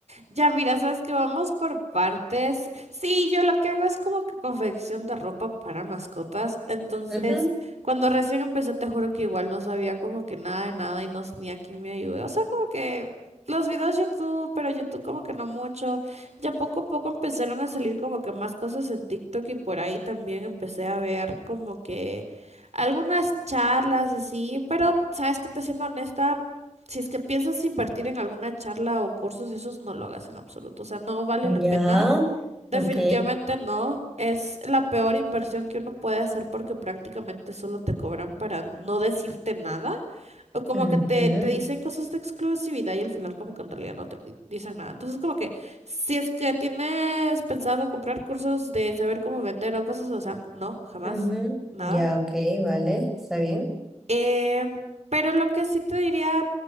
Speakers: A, on the right; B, in the centre.
A: Ya, mira, sabes que vamos por partes. Sí, yo lo que hago es como que confección de ropa para mascotas. Entonces,
B: Ujú.
A: cuando recién empecé, te juro que igual no sabía como que nada de nada y no ni a quién me ayudé. O sea, como que los videos YouTube, pero YouTube como que no mucho. Ya poco a poco empezaron a salir como que más cosas en TikTok y por ahí también empecé a ver como que algunas charlas así. Pero, sabes que te siendo honesta si es que piensas invertir en alguna charla o cursos, esos no lo hagas en absoluto. O sea, no vale la pena.
B: Ya,
A: Definitivamente
B: ok.
A: no. Es la peor inversión que uno puede hacer porque prácticamente solo te cobran para no decirte nada. O como
B: Ujú,
A: que te, te dicen cosas de exclusividad y al final como que en realidad no te di- dicen nada. Entonces como que si es que tienes pensado comprar cursos de saber cómo vender o cosas, o sea, no, jamás.
B: ujú.
A: Nada,
B: Ya, ok, vale, está bien.
A: eh, pero lo que sí te diría,